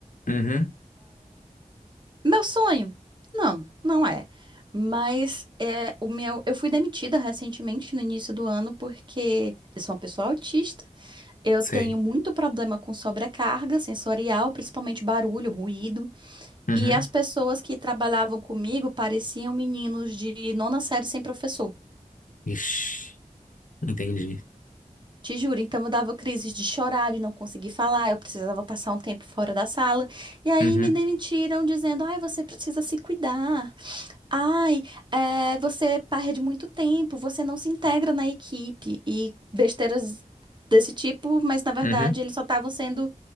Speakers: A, on the left; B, on the right.
A: Uhum,
B: Meu sonho? Não, não é. Mas é o meu, eu fui demitida recentemente no início do ano porque eu sou uma pessoa autista. Eu
A: sei.
B: tenho muito problema com sobrecarga sensorial, principalmente barulho, ruído.
A: Uhum.
B: E as pessoas que trabalhavam comigo pareciam meninos de nona série sem professor.
A: Ixi, entendi.
B: Te juro, então eu dava crises de chorar, de não conseguir falar, eu precisava passar um tempo fora da sala. E aí
A: Uhum,
B: me demitiram dizendo: ai, você precisa se cuidar. Ai, é, você perde muito tempo, você não se integra na equipe. E besteiras desse tipo, mas na verdade
A: uhum,
B: eles só estavam sendo,